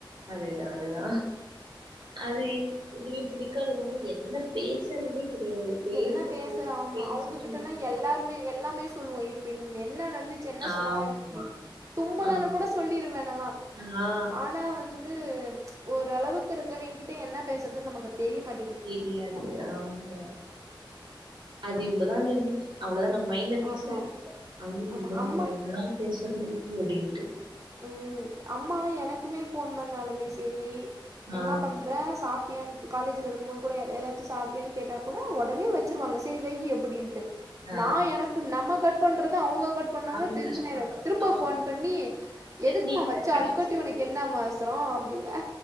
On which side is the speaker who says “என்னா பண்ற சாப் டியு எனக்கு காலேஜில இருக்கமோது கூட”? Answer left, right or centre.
Right